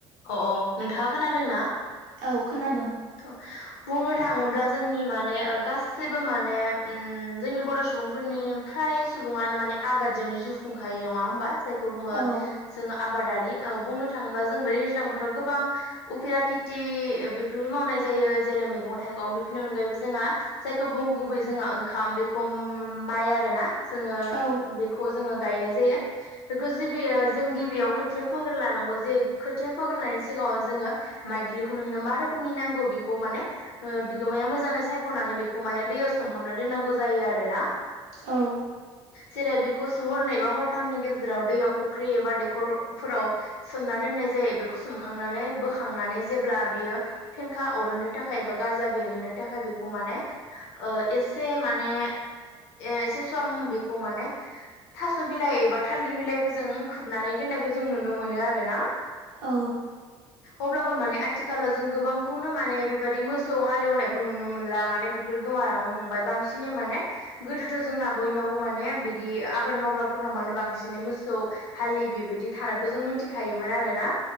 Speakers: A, on the left; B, on the right.
A: अ अ नोंथाङा खोनादों ना।
B: औ खोनादों
A: औ बुंनो थाङोब्ला जोंनि माने गासैबो माने जोंनि बर' सुबुंफोरनि फ्राय सुबुङानो माने आबादजोंनो जिउ खुंखायो नङा होमबा जायखौ बुङो
B: औ
A: जोङो आबादारि बुंनो थाङोबा जों बे दैज्लां बोथोराव गोबां उफिरा खेथि बेबो मावनाय जायो जेरै मैगं थाइगं बेफोरनि अनगायैबो जोंहा जायखौ बुं गुबै जोंहा ओंखाम बेखौ माइ आरोना जोङो
B: औ
A: बे खौ जोङो गायनाय जायो बेखौ जिबियो जों गिबियाव खोथिया फोग्रोन लानांगौ जे खोथिया फोग्रोनायनायनि सिगाङाव जोङो माइ गिलिखौ नोंनो मा रोखोमनि नांगौ बेखौ माने बिगोमाया मोजाङै सायख'नानै बेखौ माने दैयाव सोमहाबना दोननांगौ जायो आरो ना
B: औ
A: जेरै बेखौो हरनै बा हरथामनि गेजेराव दैयाव फुख्रि एबा दैखरफोराव सोमना दोननाय जायो बेखौ सोमखांनानै बोखांनानै जेब्ला बियो फेंखा अरहोनो थाखाय एबा गाजा बेरहोनो थाखाय बेखौ माने एसे माने एसे सम बिखौ माने थास' बिलाइ एबा थालदिर बिलाइफोरजों खोबनानै दोननायखौ जों नुनो मोनो आरो ना
B: औ
A: अब्लाबो माने आथिखालाव जों गोबां खौनो माने बेबायदि मोसौ हालेवनायखौ नुनो मोनला माने बेफोर गोमालांनो हमबाय बांसिनै माने गोदोथ' जोंना बयनावबो माने बिदि आबाद मावग्राफोरनाव मानो बांसिनै मोसौ हाललि बेबायदि थानायखौ जों मिथिखायोमोन आरो ना